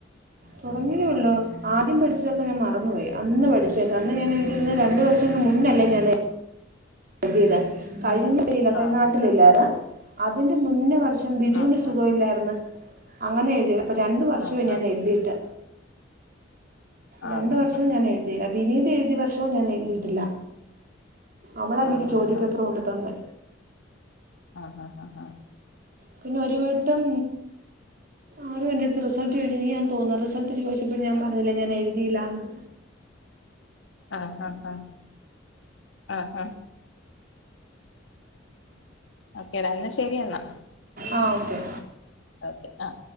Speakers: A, on the right; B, on the left.
A: തുടങ്ങിയേയള്ളൂ ആദ്യം പഠിച്ചതൊക്കെ ഞാൻ മറന്നു പോയി അന്ന് പഠിച്ചേക്കെ അന്ന് ഞാൻ രണ്ടു വർഷം മുന്നല്ലേ ഞാൻ എഴതിയതെ കഴിഞ്ഞീയില
B: ആഹ്
A: നാട്ടിലല്ല അതിന്റെ മുന്നേ വർ പം ബിദുവിനന്
B: ആഹ്
A: സുഖമ ഇില്ലായിരുന്നു അങ്ങനെ എഴുതി അപ്പോ രണ്ട വർഷവുംേ
B: ആഹ്
A: ഞാൻ എഴുതിയിട്ട്
B: ആഹ് ആഹ് ആഹ്
A: രണ്ടു വർഷവും ഞാൻ എഴുതിയില്ല വിനീത് എഴുതി വർഷവും ഞാൻ എഴുതിയിട്ടില്ല അവള എനിക്ക്
B: ആഹ് ആഹ് ആഹ്
A: ചോദ്യപേപ്പര് കൊണ്ട്ു തന്നെ
B: ആഹ ആ് ആഹ
A: പിന്നെ ഒരു വട്ടം ആരും എൻറടുത്ത് റിസൾട്ട് ചോദിച്ചെങ്കിൽ ഞാൻ തോന്ന റിസൾട്ട് ചോദിച്ചപ്പോഴും ഞാൻ പറഞ്ഞില്ലേ ഞാൻ എഴുതിയില്ലന്ന്
B: ആഹ് ആഹ് ആഹ ആഹ് ആഹ ഓക്കേടാ എന്നാ ശരിെന്നാ
A: ആ ഓക്കെ
B: ഓക്കെ ആഹ